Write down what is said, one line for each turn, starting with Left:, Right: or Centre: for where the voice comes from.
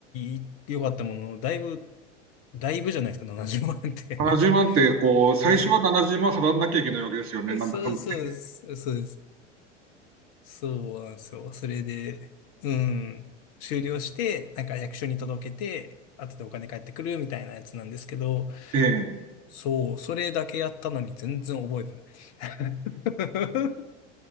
Left: い、良かったものの、だいぶ、だいぶじゃないですか、70万って
Right: 70万って、こう、
Left: <laughs>
Right: 最初は70万払わなきゃいけないわけですよね、
Left: うん、
Right: なんだかんだ。
Left: そうそうです。そうです。そうなんですよ。それで、うん、終了して、なんか役所に届けて、後でお金返ってくるみたいなやつなんですけど、
Right: ええ。
Left: そう、それだけやったのに全然覚えてない。<laughs>